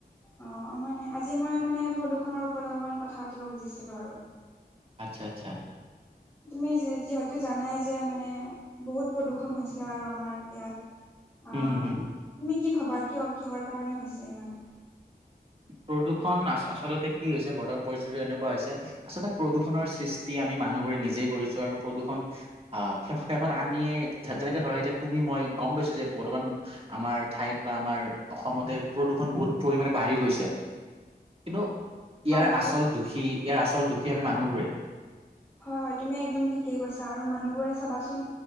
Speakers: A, on the left; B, on the right.
A: অ, মইে আজি মই মানে প্ৰদূষণৰ ওপৰত অলপমান কথা পাতিব খুজিছিলো আৰু।
B: আচ্ছা আচ্ছা।
A: তুমি যিহেতু জানাই যে মানে বহুত প্ৰদূ্ষন হৈছে আৰু আমাৰ ইয়াত আহ
B: হয়, হয়, হয়।
A: তুমি কি ভাবা কিয় কিহৰ কাৰণে হৈছে ইমান?
B: প্ৰদূৰ্ষণ আচলতে কি হৈছে, বৰ্তমান পৰিস্থিতি এনেকুৱা হৈছে আচলতে প্ৰদূষণৰ সৃষ্টি আমি মানুহবোৰে নিজেই কৰিছো আৰু প্ৰদূষণ আহ শেষত আমিয়ে যেনেকে ধৰা এতিয়া তুমি মই গম পাইছো যে বৰ্তমান আমাৰ ঠাইত বা আমাৰ অসমতে প্ৰদূষণ বহুত পৰিমামানে বাঢ়ি গৈছে। কিন্তু ইয়াৰ
A: হয় হয়তো
B: আচল দুখী ইয়াৰ আচল দুখী আমি মানুহবোৰে।
A: হয় হয়, তুমি একদম ঠিকেই কৈছা আৰু মানুহবোৰে চাবাচোন